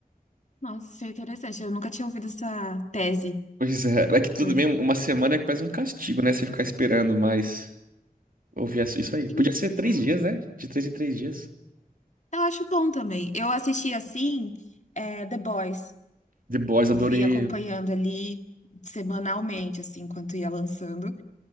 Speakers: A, on the left; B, on the right.
A: Nossa, isso é interessante. Eu nunca tinha ouvido essa tese.
B: Pois é, <laughs> é que tudo
A: Por...
B: bem, uma semana é quase um castigo, né? Você ficar esperando, mas ouvir isso aí.
A: Então,
B: Podia ser três dias, né? De três em três dias.
A: eu acho bom também. Eu assisti assim, eh, The Boys.
B: The Boys, adorei.
A: Eu fui acompanhando ali semanalmente, assim, enquanto ia lançando.